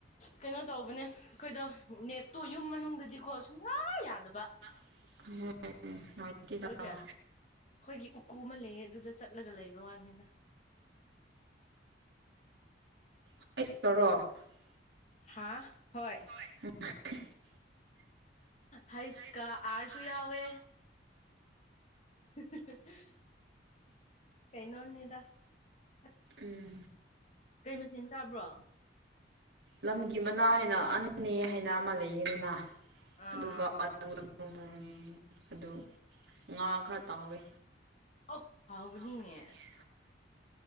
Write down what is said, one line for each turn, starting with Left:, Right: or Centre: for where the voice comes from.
Left: ꯀꯩꯅꯣ ꯇꯧꯕꯅꯦ ꯑꯈꯣꯏꯗꯣ ꯅꯦꯠꯇꯣ ꯌꯨꯝ ꯃꯅꯨꯡꯗꯗꯤꯀꯣ ꯁꯨꯡꯋꯥ ꯌꯥꯗꯕ
Right: <unintelligible> ꯅꯨꯡꯉꯥꯏꯇꯦꯗ
Left: ꯂꯒ
Right: ꯑꯣ
Left: ꯑꯈꯣꯏꯒꯤ ꯎꯀꯨ ꯑꯃ ꯂꯩꯌꯦ ꯑꯗꯨꯗ ꯆꯠꯂꯒ ꯂꯩꯕ ꯋꯥꯅꯤꯗ
Right: <inaudible>
Left: ꯍꯥꯥ ꯍꯣꯏ
Right: <inaudible>
Left: ꯍꯩꯁꯀꯥ
Right: ꯍꯩꯒ
Left: ꯑꯥ꯭ꯔꯁꯨꯨ
Right: ꯑꯥꯔꯁꯨ
Left: ꯌꯥꯎꯋꯦ ꯍꯤ ꯍꯤ ꯍꯤ ꯀꯩꯅꯣꯅꯤꯗ ꯑꯁ
Right: ꯎꯝ
Left: ꯀꯩ ꯃꯊꯦꯟ ꯆꯥꯕ꯭ꯔꯣ
Right: ꯂꯝꯒꯤ ꯃꯅꯥ ꯍꯥꯏꯅ ꯑꯟꯅꯦ ꯍꯥꯏꯅ ꯑꯃ ꯂꯩꯏꯗꯅ
Left: ꯑꯥ
Right: ꯑꯗꯨꯒ <unintelligible> ꯑꯗꯨ ꯉꯥ ꯈ꯭ꯔ ꯇꯥꯎꯋꯦ
Left: ꯑꯣ ꯍꯥꯎꯒꯅꯤꯅꯦ
Right: ꯍꯥꯎꯕꯅꯤꯅꯦ